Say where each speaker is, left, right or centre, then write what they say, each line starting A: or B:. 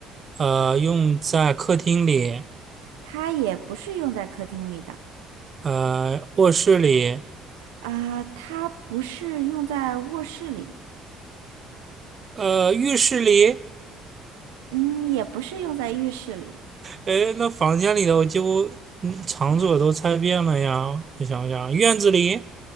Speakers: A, on the right; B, on the right.
A: 呃，用在客厅里，
B: 它也不是用在客厅里的，
A: 呃，卧室里，
B: 啊、它不是用在卧室里，
A: 呃，浴室里，
B: 嗯，也不是用在浴室里，
A: 诶，那房间里的我几乎嗯场所都猜遍了呀。我想想，院子里